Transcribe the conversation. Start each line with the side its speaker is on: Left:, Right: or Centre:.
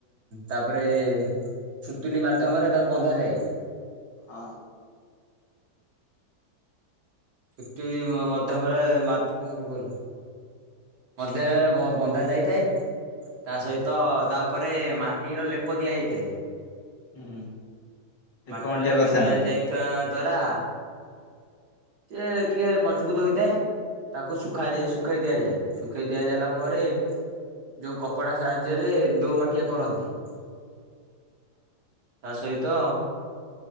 Right: ତାପରେ ସୁତୁଲି ମାଧ୍ୟମରେ ତାକୁ ବନ୍ଧାଯାଏ
Left: ହଁ।
Right: ସୁତୁଲି ମଧ୍ୟମରେ <unintelligible> କହିଲୁ। ମଧ୍ୟନାରେ ବନ୍ଧା ଯାଇଥାଏ ତାସହିତ ତାଉପରେ ମାଟିର ଲେପ ଦିଆଯାଇଥାଏ।
Left: ହୁଁ ଏକମାଟିଆ
Right: ମାଟିର ଲେପ
Left: କରିଥାନ୍ତି।
Right: ଦିଆ ଯାଇଥିବା ଦ୍ଵାରା ସେ ଟିକେ ମଜବୁତ ହେଇଥାଏ ତାକୁ ଶୁଖାଇ ଦି ଶୁଖାଇ ଦିଆଯାଏ ଶୁଖେଇ ଦିଆଯଲା ପରେ ଯୋଉ କପଡ଼ା ସାହାଯ୍ୟରେ ଦୋ ମାଟିଆ କରନ୍ତି।
Left: <inaudible>
Right: ତାସହିତ